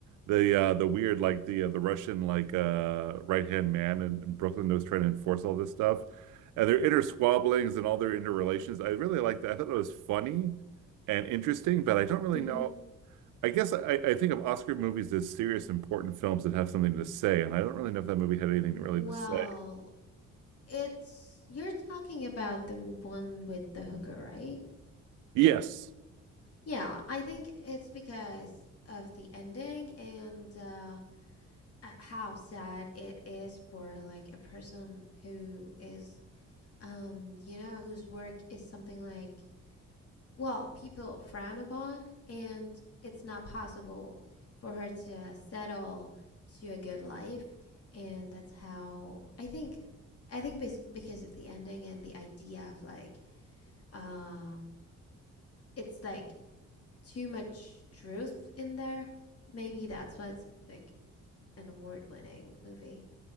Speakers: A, on the right; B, on the left.
A: The uh, the weird like the uh, the Russian like uh, right-hand man in, in Brooklyn that was trying to enforce all this stuff and their inner squabblings and all their interrelations. I really liked that. I thought it was funny and interesting, but I don't really
B: mm-hmm.
A: know. I guess I, I think of Oscar movies as serious, important films that have something to say, and I don't really know if that movie had anything really
B: Well,
A: to say.
B: it's you're talking about the one with the hooker, right?
A: Yes.
B: Yeah, I think it's because of the ending and uh, uh, how sad it is for like a person who is um you know whose work is something like well, people frown upon, and it's not possible for her to settle to a good life. And that's how I think. I think because of the ending and the idea of like, um, it's like too much truth in there. Maybe that's why it's like an award-winning movie.